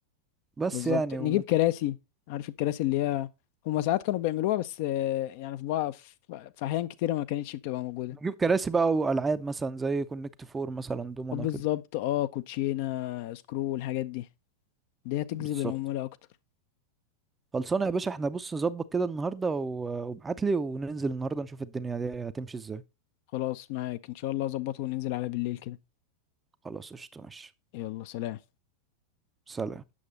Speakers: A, on the right (about 15°); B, on the left (about 45°).
A: بس
B: بالظبط
A: يعني
B: نجيب
A: وممكن
B: كراسي عارف الكراسي اللي هي هما ساعات كانوا بيعملوها بس آه، يعني في بعض في في أحيان كتيرة ما كانتش بتبقى موجودة
A: نجيب كراسي بقى والعاب مثلا زي كونكت فور مثلا دومنا
B: طب بالظبط
A: كده
B: اه كوتشينة سكرو الحاجات دي دي هتجذب
A: بالظبط
B: العمولة أكتر
A: خلصانه يا باشا احنا بص نظبط كده النهارده و- وابعت لي وننزل النهارده نشوف الدنيا دي هتمشي ازاي
B: خلاص معاك إن شاء الله أظبطه وننزل على بالليل كده
A: خلاص قشطه ماشي
B: يلا سلام
A: سلام